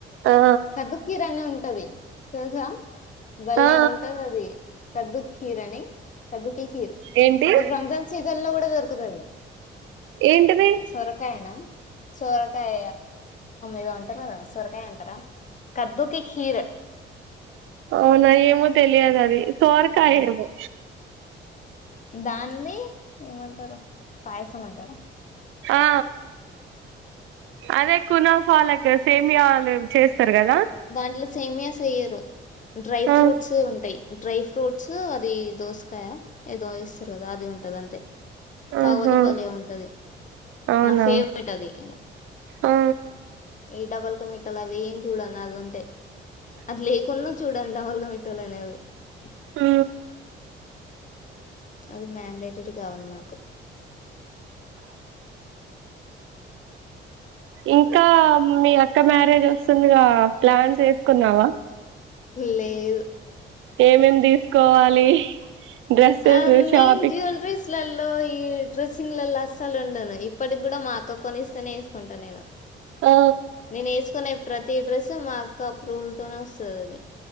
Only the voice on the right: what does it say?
ఆ
ఆ
ఏంటి
ఏంటిది
అవునా ఏమో తెలియదు అది సొరకాయ్
ఏమో
ఆ అదే కునఫ్ఫా లేకి ఎస్ సేమియలు చేస్ తారు కదా
ఆ
ఆహా
అవునా
ఆ
ఆ
ఇంకా మీ అక్క మ్యారేజ్ వస్తుందిగా ప్లాన్స్ ఏసుకున్నావ
ఏమేం తీసుకోవాలి డ్రెస్సెస్
షాపింగ్
ఆ